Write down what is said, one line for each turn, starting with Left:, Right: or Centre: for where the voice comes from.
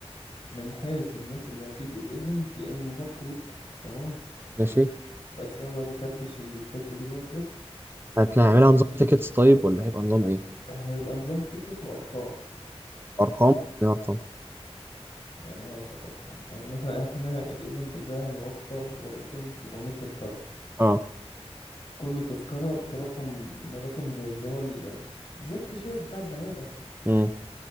Left: من حيث الناس اللي هتيجي الايفنت يا اما باركود تمام
Right: ماشي.
Left: بس انا بقى بحبش الحتة دي برضو
Right: هنعملها
Left: ممكن
Right: نظام تيكتس طيب ولا هيبقى نظام ايه
Left: هيبقى نظام تيكت وارقام
Right: ارقام يعني ارقام
Left: يعني هقول لك ارقام يعني مثلا احنا الايفنت ده هنوفر وليكن 700 تذكرة
Right: اه
Left: كل تذكرة برقم برقم زي اللي هو ال... زي الكاشير بتاع البقالة
Right: امم